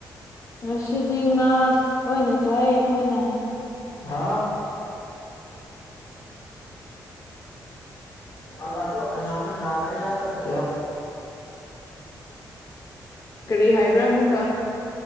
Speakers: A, on the left (about 40°); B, on the left (about 80°).
A: ꯉꯁꯤꯗꯤ ꯉꯥ ꯑꯣꯏꯅ ꯆꯥꯏ ꯑꯩꯈꯣꯏꯅ
B: ꯍꯥ ꯑꯣ ꯑ ꯑꯗꯨꯣ ꯅꯍꯅ ꯭ꯔꯃꯦꯁ ꯀꯅꯁꯨ
A: ꯀꯔꯤ ꯍꯥꯏꯕ꯭ꯔꯥ ꯑꯃꯨꯛꯀ